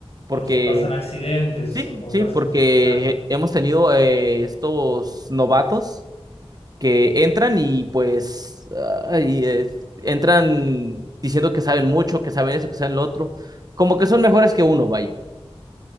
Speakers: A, on the right; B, on the left.
A: Porque,
B: por si pasan accidentes
A: sí,
B: o
A: sí,
B: casos,
A: porque
B: claro.
A: hemos tenido eh, estos novatos que entran y pues ay, eh, entran diciendo que saben mucho, que saben eso, que saben lo otro, como que son mejores que uno, vaya.